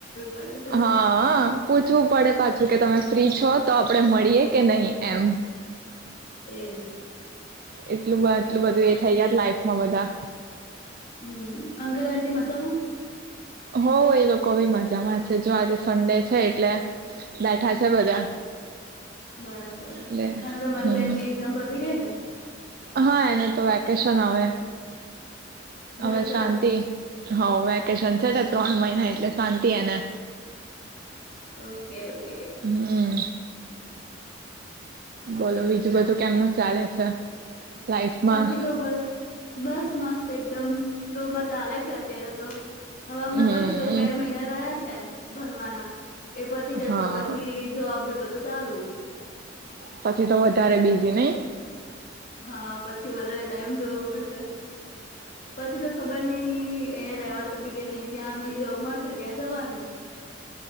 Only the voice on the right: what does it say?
હા પૂછવું પડે પાછું કે તમે ફ્રી છ છો તો આપડે મળીયએ કે નહી કે એમ.
એટલું એટલું બધું એ થઇ ગયા લાઈફમાં બધા.
હો એ લોકો બી મજામાં છે જો આજે સન્ડે છે એટલે બેઠા છે બધા.
એટલે
હમ
હા એને તો વેકેશન હવે.
હવે શાંતિ હ વેકેેશન છેને. ત્રણ મહિના એટલે શાંતિ એને.
હમ બોલો બીજું બધું કેમનું ચાલે છે? લાઈફમાં
હમ
હા
પછી તો વધારે બી ઝી નય.